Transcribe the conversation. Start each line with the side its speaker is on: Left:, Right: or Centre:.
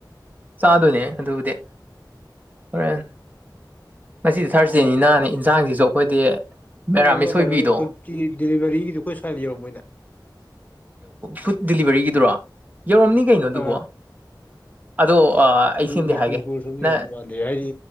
Right: ꯆꯥꯗꯣꯏꯅꯦ ꯑꯗꯨꯕꯨꯗꯤ ꯍꯣꯔꯦꯟ ꯉꯁꯤꯗꯤ ꯊꯔꯁꯗꯦꯅꯤꯅ ꯏꯟꯁꯥꯡꯁꯤꯁꯨ ꯑꯩꯈꯣꯏꯗꯤ ꯃꯦꯔꯥꯃꯤꯁ
Left: ꯅꯣꯏ ꯑꯃ
Right: ꯑꯣꯏꯕꯤꯗꯣ
Left: ꯀꯩꯅꯣꯒꯤ ꯐꯨꯗꯀꯤ ꯗꯤꯂꯤꯚꯔꯤꯒꯤꯗꯤ ꯑꯩꯈꯣꯏ ꯁ꯭ꯋꯥꯏꯗ ꯌꯧꯔꯝꯃꯣꯏꯅꯦ
Right: ꯐꯨꯗ ꯗꯤꯂꯤꯚꯔꯤꯒꯤꯗꯨꯔꯣ ꯌꯧꯔꯝꯅꯤ ꯀꯩꯅꯣ ꯑꯗꯨꯕꯣ
Left: ꯑꯩꯈꯣꯏ
Right: ꯑꯗꯣ ꯑꯩ ꯁꯦꯝꯗꯤ
Left: ꯕꯤꯁꯅꯨꯄꯨꯔ
Right: ꯍꯥꯏꯒꯦ
Left: ꯁꯣꯝꯗ
Right: ꯅ
Left: ꯌꯧꯗ ꯃꯥꯟꯗꯦ ꯍꯥꯏꯗꯤ